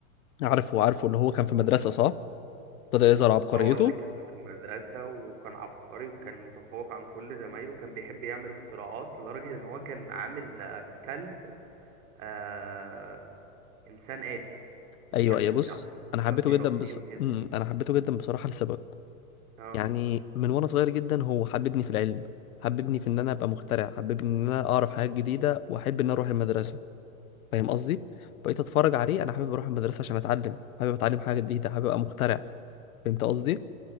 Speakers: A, on the left; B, on the right.
A: عارفه عارفه اللي هو كان في مدرسة صح ابتدى يظهر عبقريته
B: اه اللي كان في المدرسة وكان عبقري وكان متفوق عن كل زمايله وكان بيحب يعمل اختراعات لدرجة ان هو كان عامل آه، كلب آه انسان آلي الكلب
A: ايوه ايوه
B: بتاعه
A: بص انا
B: وكان
A: حبيته
B: بيربيه
A: جدا بص...
B: وكده
A: مم، انا حبيته جدا بصراحة لسبب
B: اه
A: يعني من وانا صغير جدا هو حببني في العلم حببني في ان انا ابقى مخترع حببني ان انا اعرف حاجات جديده واحب ان أنا اروح المدرسه فاهم قصدي بقيت اتفرج عليه انا حابب اروح المدرسه عشان اتعلم حابب اتعلم حاجه جديده حابب ابقى مخترع فهمت قصدي